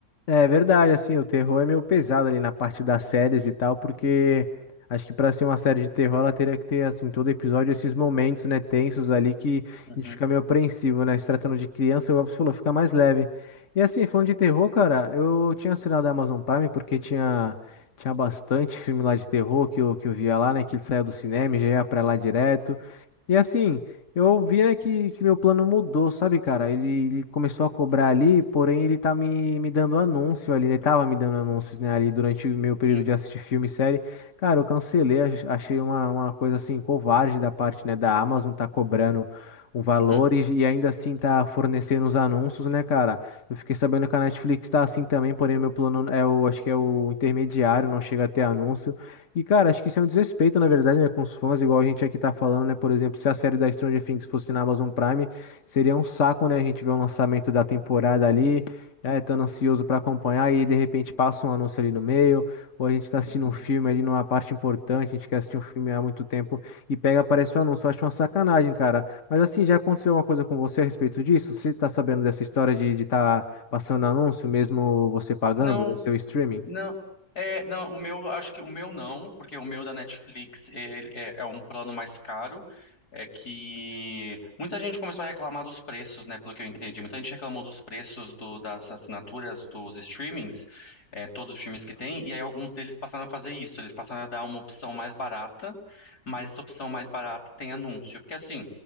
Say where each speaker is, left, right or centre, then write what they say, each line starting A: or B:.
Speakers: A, on the left; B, on the left.
A: É verdade, assim, o terror é meio pesado ali na parte das séries e tal, porque acho que pra ser uma série de terror ela teria que ter, assim, todo episódio esses momentos, né, tensos ali que
B: Uhum,
A: a gente fica meio apreensivo, né? Se tratando de criança, igual você falou, fica mais leve. E assim, falando de terror, cara, eu tinha assinado a Amazon Prime porque tinha, tinha bastante filme lá de terror que eu, que eu via lá, né, que ele saía do cinema e já ia pra lá direto. E assim. Eu ouvi, né, que, que meu plano mudou, sabe, cara? Ele, ele começou a cobrar ali, porém ele tá me, me dando anúncio ali, né? ele tava me dando anúncios, né, ali durante o meu período
B: sim.
A: de assistir filme e série. Cara, eu cancelei, ach- achei uma, uma coisa assim, covarde da parte, né, da Amazon tá cobrando um valor
B: Uhum,
A: e, e ainda assim tá fornecendo os anúncios, né, cara? Eu fiquei sabendo que a Netflix tá assim também, porém o meu plano é o, acho que é o intermediário, não chega a ter anúncio. E, cara, acho que isso é um desrespeito, na verdade, né, com os fãs, igual a gente aqui tá falando, né? Por exemplo, se a série da Stranger Things fosse na Amazon Prime, seria um saco, né? A gente vê o lançamento da temporada ali, né? Tão ansioso pra acompanhar e de repente passa um anúncio ali no meio, ou a gente tá assistindo
B: uhum.
A: um filme ali numa parte importante, a gente quer assistir um filme há muito tempo e pega, aparece o anúncio. Eu acho uma sacanagem, cara. Mas assim, já aconteceu alguma coisa com você a respeito disso? Você tá sabendo dessa história de estar passando anúncio, mesmo você pagando
B: Não,
A: o seu streaming?
B: Não. É, não, o meu, acho que o meu não, porque o meu da Netflix ele é, é um plano mais caro. É que muita gente começou a reclamar dos preços, né? Pelo que eu entendi. Muita gente reclamou dos preços do- das assinaturas dos streamings, é, todos os streamings que tem, e aí alguns deles passaram a fazer isso. Eles passaram a dar uma opção mais barata, mas essa opção mais barata tem anúncio. Porque assim,